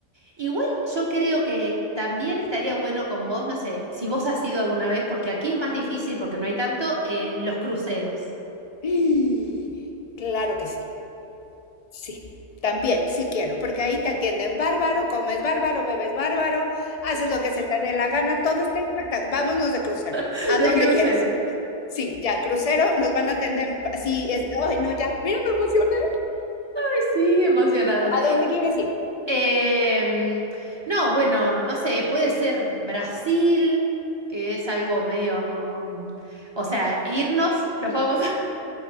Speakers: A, on the right; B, on the left.
A: Igual yo creo que también estaría bueno con vos, no sé, si vos has ido alguna vez, porque aquí es más difícil porque no hay tanto, eh, los cruceros.
B: <gasps> Mm, Claro que sí, sí, también, sí quiero, porque ahí te atienden bárbaro, comes bárbaro, bebes bárbaro, haces lo que se te dé la gana, todo está espectacular. Vámonos de crucero,
A: <laughs>
B: ¿a
A: De
B: dónde
A: crucero.
B: quieres ir? Sí, ya, crucero, nos van a atender, pa- sí, es, ay, no, ya, mira, me emocioné.
A: Ay, sí, emocionadas.
B: ¿A dónde quieres ir?
A: Em, no, bueno, no sé, puede ser Brasil, que es algo medio, mm, o sea, irnos, los vamos a...